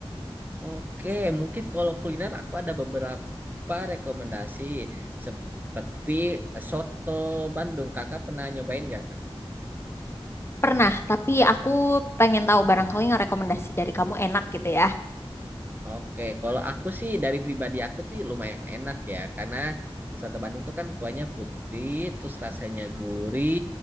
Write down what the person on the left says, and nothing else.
pernah. Tapi aku pengen tahu barangkali yang rekomendasi dari kamu enak gitu ya.